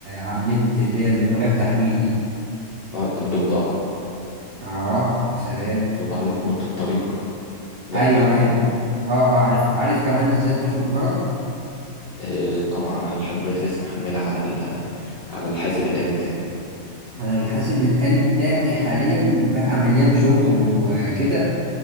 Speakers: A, on the right (about 65°); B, on the left (about 65°).
A: على النت اللي هي اللي من غير تحميل دي
B: آه، الضفدعة
A: اه يا سلام
B: الضفدعة اللي بتنط الطريق لعبتها
A: أيوه
B: قبل
A: أيوه
B: كده
A: اه اه عارف عارف كمان إزاي تخنق جارك
B: آه طبعا أنا لحد دلوقتي لسه محملها على ال- على الحاسب الآلي بتاعي
A: انا الحاسب الآلي بتاعي حاليا بقى مليان شغل وكده